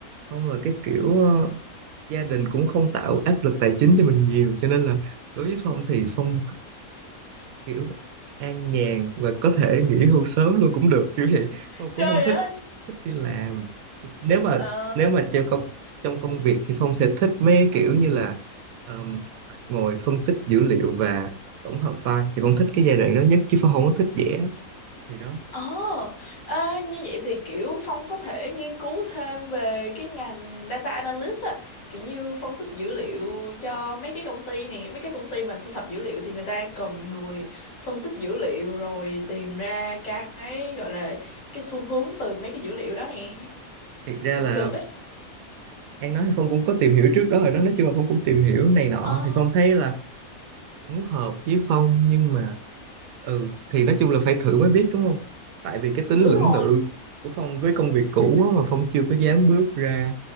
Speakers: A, on the right; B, on the left.
A: Phong là cái kiểu ờ, gia đình cũng không tạo áp lực tài chính cho mình nhiều cho nên là đối với Phong thì Phong kiểu an nhàn và có thể nghỉ hưu sớm luôn cũng được kiểu vậy Phong
B: Trời
A: cũng không thích
B: ơi.
A: thích đi làm nếu mà
B: Ờ
A: nếu mà trong công trong công việc thì Phong sẽ thích mấy kiểu như là um, ngồi phân tích dữ liệu và tổng hợp file thì Phong thích cái giai đoạn đó nhất chứ Phong không có thích vẽ thì đó
B: Ồ, ê, như vậy thì kiểu Phong có thể nghiên cứu thêm về cái ngành data analyst á, kiểu như phân tích dữ liệu cho mấy cái công ty này, mấy cái công ty mà thu thập dữ liệu thì người ta cần người phân tích dữ liệu rồi tìm ra cái gọi là cái xu hướng từ mấy cái dữ liệu đó nè,
A: thiệt ra
B: cũng
A: là
B: được ấy.
A: An nói thì Phong cũng có tìm hiểu trước đó rồi đó nói chung là Phong cũng tìm hiểu này nọ
B: Ờ,
A: thì Phong thấy là cũng hợp với Phong nhưng mà ừ thì nói chung là phải thử mới biết đúng không tại vì cái tính
B: đúng
A: lưỡng
B: rồi.
A: lự của Phong với công việc cũ á, mà Phong chưa có dám bước ra